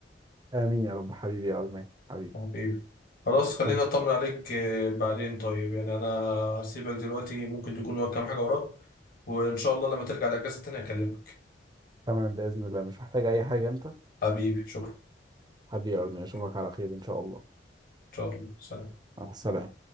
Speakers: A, on the right (about 25°); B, on the left (about 55°).
A: امين يا رب حبيبي يا ارمان حبيبي
B: حبيبي خلاص خلينا
A: تمام
B: اطمن عليك آه، بعدين طيب يعني انا هسيبك دلوقتي ممكن تكون وراك كام حاجه وراك وان شاء الله لما ترجع الاجازه تاني اكلمك
A: تمام باذن الله مش محتاج اي حاجه انت
B: حبيبي شكرا
A: حبيبي يا ارمان اشوفك
B: ان
A: على خير ان شاء الله
B: شاء الله سلام
A: مع السلامه